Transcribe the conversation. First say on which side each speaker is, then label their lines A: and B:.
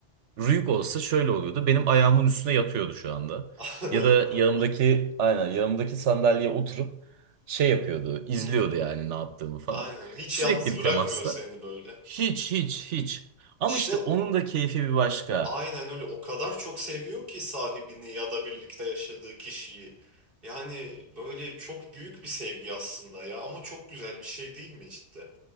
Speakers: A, on the right; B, on the right.
A: Rüyük olsa şöyle oluyordu. Benim ayağımın üstüne yatıyordu şu anda.
B: <laughs>
A: Ya da yanımdaki aynen yanımdaki sandalyeye oturup şey yapıyordu, izliyordu
B: Hmm,
A: yani ne yaptığımı falan.
B: aynen hiç
A: Sürekli
B: yalnız
A: bir
B: bırakmıyor
A: temasta.
B: seni böyle.
A: Hiç hiç hiç. Ama
B: İşte
A: işte onun
B: o,
A: da keyfi bir başka.
B: aynen öyle o kadar çok seviyor ki sahibini ya da birlikte yaşadığı kişiyi. Yani böyle çok büyük bir sevgi aslında ya ama çok güzel bir şey değil mi cidden?